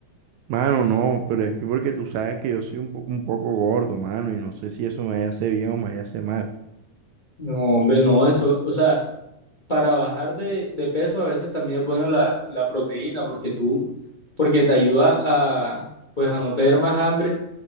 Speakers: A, on the right; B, on the left.
A: Mano, no, pero es que porque tú sabes que yo soy un, po- un poco gordo, mano, y no sé si eso me hace bien o me hace mal.
B: No, hombre, no, eso. O sea, para bajar de, de peso a veces también es bueno la, la proteína porque tú, porque te ayuda a, pues, a no tener más hambre.